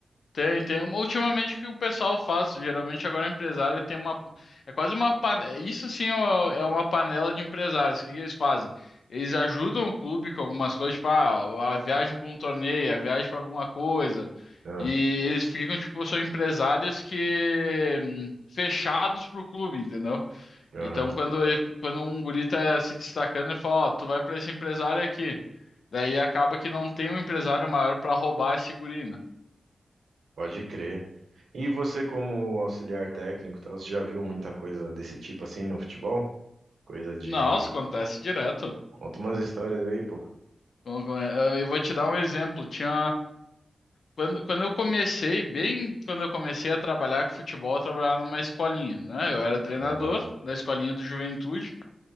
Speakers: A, on the left (about 75°); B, on the right (about 85°).
A: Tem, tem. Ultimamente o que o pessoal faz, geralmente agora é empresário tem uma. É quase uma. pa- Isso sim é uma é uma panela de empresários. O que que eles fazem? Eles ajudam o clube com algumas coisas, tipo, ah, a viagem para um torneio, a viagem para alguma coisa.
B: Ah,
A: E eles ficam, tipo, são empresários que. hum, fechados pro clube, entendeu?
B: aham.
A: Então quando, ele- quando um guri tá se destacando, ele fala: Ó, tu vai para esse empresário aqui. Daí acaba que não tem um empresário maior para roubar esse guri, né?
B: Pode crer. E você, como auxiliar técnico, e tal, você já viu muita coisa desse tipo assim no futebol? Coisa de.
A: Nossa, acontece direto.
B: Conta umas histórias aí, pô.
A: Bom, com- eh, Eu vou te dar um exemplo. Tinha quando, quando eu comecei, bem quando eu comecei a trabalhar com futebol, eu trabalhava numa escolinha, né? Eu era treinador
B: Aham,
A: da escolinha do Juventude,